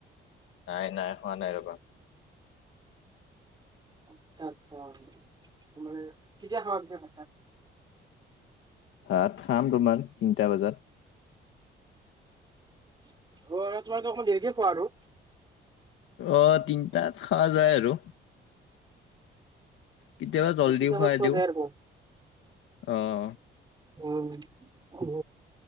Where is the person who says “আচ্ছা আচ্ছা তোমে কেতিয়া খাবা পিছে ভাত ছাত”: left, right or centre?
Right